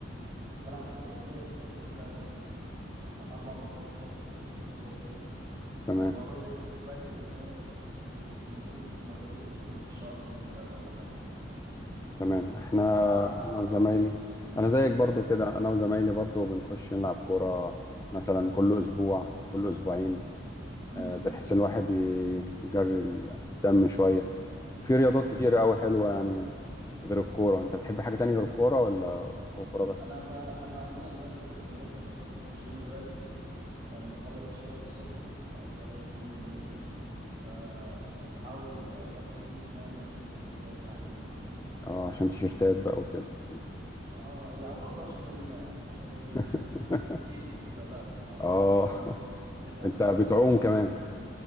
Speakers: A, on the right; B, on the left.
A: ما كنت بلعب في الاكاديميه كانت مثلا أخ- اربع مرات خمس مرات في الاسبوع فاهم بس
B: تمام
A: المره دي دلوقتي فاهم أسبوع- مرتين مرتين في كل في الشهر مثلا ولا حاجه
B: تمام احنا
A: بلعب بلعب
B: انا
A: رياضه
B: وزمايلي انا زيك برضو
A: اه
B: كده انا وزمايلي برضو بنخش نلعب كورة مثلا كل اسبوع كل اسبوعين
A: <laughs>
B: آه، بحيث الواحد ي- يجري الدم شوية وفي
A: امم
B: رياضات كتيرة أوي حلوة يعني غير الكورة أنت بتحب حاجة تانية غير الكورة ولا هو كورة بس؟
A: انا ب... انا عموما دلوقتي مركز في فتره الجيم دلوقتي يعني بخلص شغل الصبح وبعد كده بروح الجيم بالليل ف بحاول آه، اظبط جسمي يعني عشان الصيف داخل علينا يعني
B: اه عشان تيشيرتات بقى وكده مم.
A: اه لا برضه عشان ال... عشان ال...
B: <laughs>
A: <laughs> بسين وكده بقى
B: اه <laughs>
A: ونقلع
B: أنت
A: بقى
B: بتعوم
A: و...
B: كمان